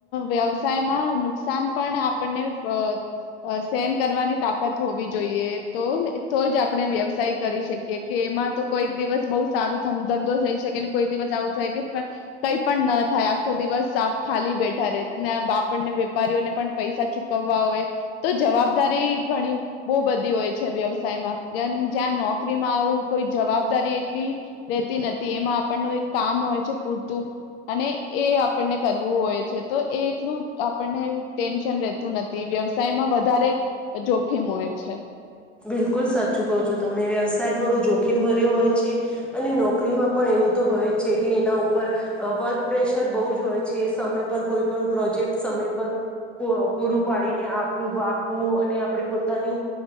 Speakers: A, on the left; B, in the centre.
A: વ્યવસાયમાં નુકસાન પણ આપણને અ સહન કરવાની તા <unintelligible> હોવી જોઈએ તો તોજ આપણે વ્યવસાય કરી શકીએ કે એમાં તો કોઈક દિવસ બઉ સારો ધન ધંધો થઈ શકે કોઈક દિવસ આવું થાય કે કઈ પણ ન થાય આખો દિવસ ખાલી બેઠા રે ને આપણને વેપારીઓને પણ પૈસા ચુકવવા હોય. તો જવાબદારી ઘણી બો બધી હોય છે વ્યવસાયમાં જ્યાં નોકરીમાં આવું કોઈ જવાબદારી એટલી રહેેતી નથી એમાં આપણનું એક કામ હોય છે પૂરતું અને એ આપણને કરવું હોય છે તો એ એટલું આપણને ટેન્શન રહેેતું નથી વ્યવસાયમાં વધારે જોખીમ હોય છે.
B: બિલકુલ સાચું કહો છો તમે વ્યવસાય થોડો જોખીમ ભર્યો હોય છે અને નોકરીમાં પણ એવું તો હોય જ છે કે એના ઉપર અ વર્ક પ્રેશર બઉજ હોય છે સમય પર કોઈ પણ પ્રોજેક્ટ સમય પર પૂઅ પૂરું પાડીને આપ આપવું અને આપણે પોતાની